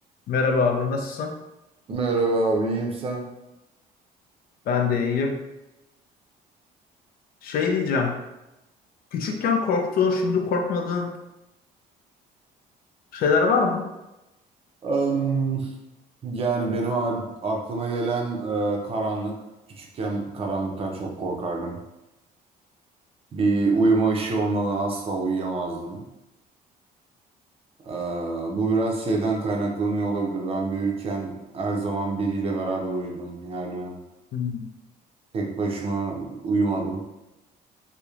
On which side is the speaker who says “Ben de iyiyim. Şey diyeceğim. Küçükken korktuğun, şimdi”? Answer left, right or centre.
Left